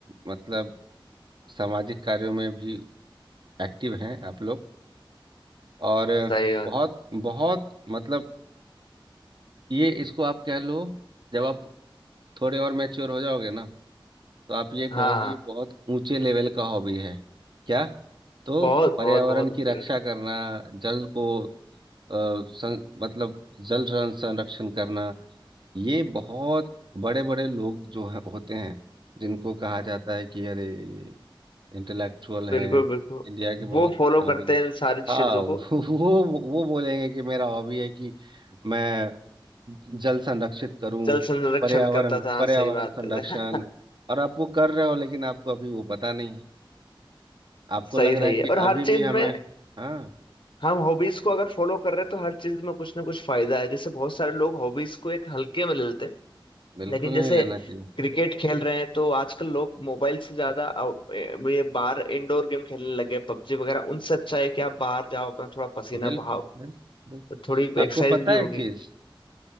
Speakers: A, on the right (about 60°); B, on the left (about 70°).
A: मतलब सामाजिक कार्यों में भी एक्टिव हैं आप लोग और
B: सही बात
A: बहुत बहुत मतलब ये इसको आप कह लो जब आप थोड़े और मैच्योर हो जाओगे ना तो आप ये कहो
B: हाँ
A: कि
B: हाँ
A: ये बहुत ऊंचे लेवल का हॉबी है क्या तो
B: बहुत
A: पर्यावरण
B: बहुत बहुत ऊंचे
A: की रक्षा करना जल को अ, सं, मतलब जल सं- संरक्षण करना ये बहुत बड़े बड़े लोग जो है, होते हैं जिनको कहा जाता है कि अरे इंटेलेक्चुअल हैं
B: बिल्कुल बिल्कुल
A: इंडिया के बहुत
B: वो फॉलो
A: नामी
B: करते हैं इन सारी
A: हाँ
B: चीजों
A: वो
B: को
A: वो वो बोलेंगे कि मेरा हॉबी है कि मैं जल संरक्षित करूं
B: जल संरक्षण
A: पर्यावरण
B: करता था हाँ
A: पर्यावरण
B: सही बात
A: संरक्षण
B: है <laughs>
A: और आप वो कर रहे हो लेकिन आपको अभी वो पता नहीं है आपको
B: सही
A: लग रहा
B: सही
A: है कि
B: है और
A: अभी
B: हर
A: भी
B: चीज
A: हमें
B: में
A: हाँ
B: हम हॉबीज को अगर फॉलो कर रहे हैं तो हर चीज में कुछ ना कुछ फायदा है जैसे बहुत सारे लोग हॉबीज को एक हल्के में ले लेते हैं
A: बिल्कुल
B: लेकिन जैसे
A: नहीं लेना चाहिए
B: क्रिकेट खेल रहे हैं तो आजकल लोग मोबाइल से ज्यादा आउ- ए, ये बाहर इंडोर गेम खेलने लगे पबजी वगैरह उनसे अच्छा है कि आप बाहर जाओ अपना थोड़ा पसीना
A: बिल्कुल
B: बहाओ
A: बिल्कुल बिल्कुल
B: तो थोड़ी
A: आपको
B: एक्सरसाइज
A: पता
B: भी होगी
A: है एक चीज